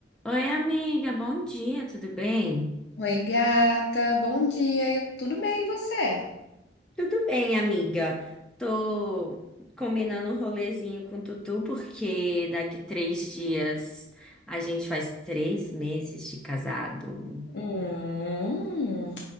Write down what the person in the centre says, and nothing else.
Oi, amiga, bom dia, tudo bem?
Tudo bem, amiga. Tô combinando um rolezinho com o Tutu, porque daqui três dias a gente faz três meses de casado.